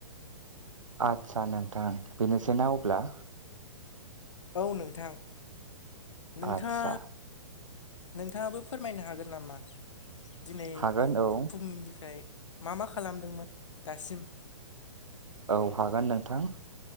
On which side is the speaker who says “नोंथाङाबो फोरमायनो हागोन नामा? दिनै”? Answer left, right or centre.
Left